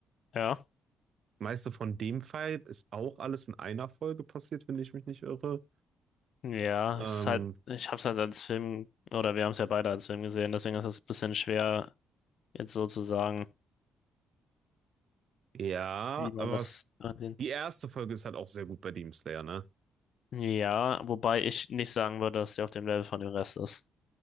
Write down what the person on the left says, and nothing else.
ja.
Ja,
es ist halt, ich hab's halt als Film, oder wir haben es ja beide als Film gesehen, deswegen ist es ein bisschen schwer, jetzt so zu sagen,
wie man
das.
an den-
Ja, wobei ich nicht sagen würde, dass der auf dem Level von dem Rest ist.